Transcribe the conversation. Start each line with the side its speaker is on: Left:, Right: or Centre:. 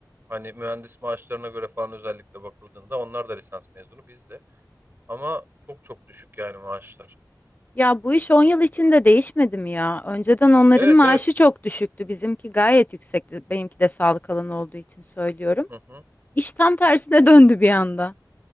Right: Hani mühendis maaşlarına göre falan özellikle bakıldığında onlar da lisans mezunu biz de. Ama çok çok düşük yani maaşlar.
Left: Ya bu iş 10 yıl içinde değişmedi mi ya? Önceden onların
Right: Evet
Left: maaşı
Right: evet.
Left: çok düşüktü. Bizimki gayet yüksekti. Benimki de sağlık alanı olduğu için söylüyorum.
Right: Hı hı.
Left: İş tam tersine <laughs> döndü bir anda.